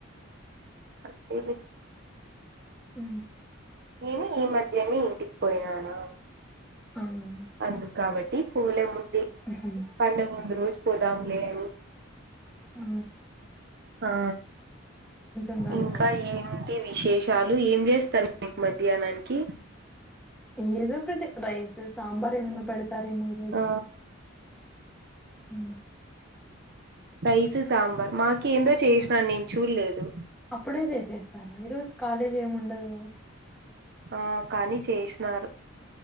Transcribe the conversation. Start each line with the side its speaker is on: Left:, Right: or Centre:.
Right: <unintelligible>
Centre: ఉ
Right: నేను ఈ మధ్యన్ని ఇంటికి పోయినను
Centre: అవును.
Right: అందు కాబట్టి <unintelligible>
Centre: హ్మ్.
Right: పంటకు ముందు రోజు పోదములే అ
Centre: ఆ
Right: ఆ
Centre: ఉండాలి
Right: ఇంకా
Centre: కదా!
Right: ఏంటి విశేషాలు రూ ఏం చేస్తారు <inaudible> మధ్యానానికీ?
Centre: ఏదో ఒకటి రైస్, సాంబార్ ఏమన్నా పెడతారేమో ఈరోజు.
Right: ఆ
Centre: హ
Right: రైసు, సాంబార్ మాకేందో చేసినాను నేను చూళ్లేదు.
Centre: అప్పుడే చేసేస్తారా? ఈరోజు కాలేజ్ ఏమి ఉండదు కదా.
Right: ఆ కానీ చేషినారు.